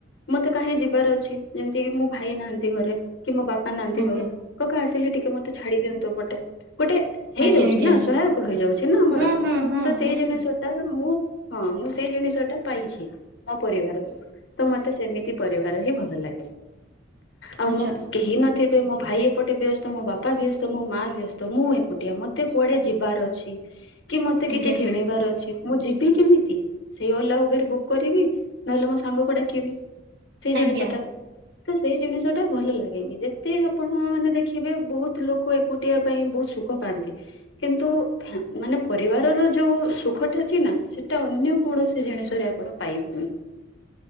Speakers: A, on the left; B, on the right.
A: ମତେ କାହିଁ ଯିବାର ଅଛି। ଯେମିତି କି ମୋ ଭାଇ ନାହାଁନ୍ତି ଘରେ, କି ମୋ ବାପା ନାହାଁନ୍ତି
B: ଆଜ୍ଞା
A: ଘରେ। କକା ଆସିଲେ ଟିକେ ମତେ ଛାଡି ଦିଅନ୍ତୁ ଏପଟେ। ଗୋଟେ ହେଇଯାଉଛି
B: ଆଜ୍ଞା ଆଜ୍ଞା
A: ନା, ସହାୟକ ହେଇଯାଉଛି ନା ଆମର।
B: ହଁ ହଁ ହଁ
A: ତ ସେଇ
B: ନିହାତି
A: ଜିନିଷ ତ, ମୁଁ, ହଁ, ମୁଁ ସେଇ ଜିଣିଷ ଟା ପାଇଛି ମୋ ପରିବାରରୁ। ତ ମତେ ସେମିତି ପରିବାର ହିଁ, ଭଲ ଲାଗେ। ଆଉ
B: ଆଚ୍ଛା
A: ମୁଁ କେହି ନଥିବେ, ମୋ ଭାଇ ଏପଟେ ବ୍ୟସ୍ତ। ମୋ ବାପା ବ୍ୟସ୍ତ, ମୋ ମାଁ ବ୍ୟସ୍ତ, ମୁଁ ଏକୁଟିଆ ମତେ କୁଆଡେ ଯିବାର ଅଛି। ହ କି ମତେ
B: ଆଜ୍ଞା
A: କିଛି ଘିଣେଇିବାର ଅଛି। ମୁଁ ଯିବି କିମିତି? ସେଇ ଓଲା ଉବେର ବୁକ୍ କରିବି, ନହେଲେ ମୋ ସା ସାଙ୍ଗକୁ ଡାକିବି। ସେଇ ଜିଣିଷଟା
B: ଆଜ୍ଞା
A: ତ ସେଇ ଜିନିଷଟା ଭଲ ଲାଗ୍ ଏମି ଯେତେ, ଆପଣ ମାନେ ଦେଖିବେ ବହୁତ ଲୋକ ଏକ୍ ଏକୁଟିବା ପାଇଁ, ବହୁତ ସୁଖ ପାଆନ୍ତି। କିନ୍ତୁ ଫ୍ୟା ମାନେ ପରିବାରର ଯେଉ ସୁଖଟା ଅଚି ନା, ସେଇଟା ଅନ୍ୟ କୌଣସି ଜିଣିଷରେ ଆପଣ ପାଇବେନି।